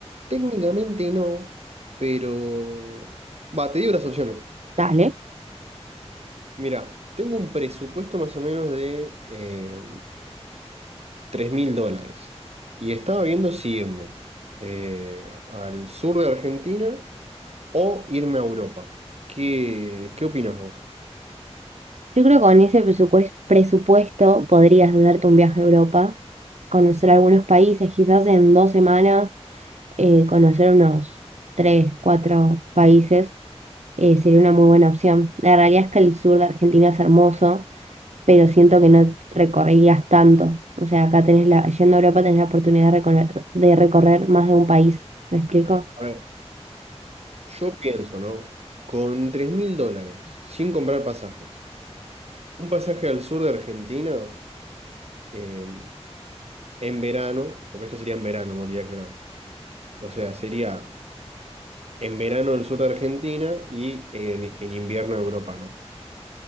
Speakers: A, on the right; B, on the right.
A: técnicamente no, pero... Va, te digo las opciones.
B: Dale.
A: Mira, tengo un presupuesto más o menos de eh, 3 mil dólares. Y estaba viendo si irme eh, al sur de Argentina o irme a Europa. ¿Qué, qué opinas vos?
B: Yo creo que con ese presupues- presupuesto podrías hacerte un viaje a Europa, conocer algunos países, quizás en dos semanas, eh, conocer unos tres, cuatro países, eh, sería una muy buena opción. La realidad es que el sur de Argentina es hermoso. pero siento que no recorrerías tanto. O sea, acá tenés la, yendo a Europa tenés la oportunidad de recorrer, de recorrer más de un país. ¿Me explico?
A: A ver. Yo pienso, ¿no? Con tres mil dólares, sin comprar pasajes, un pasaje al sur de Argentina eh, en verano, porque esto sería en verano, me olvidé de aclarar. O sea, sería en verano el sur de Argentina y en, en invierno Europa, ¿no?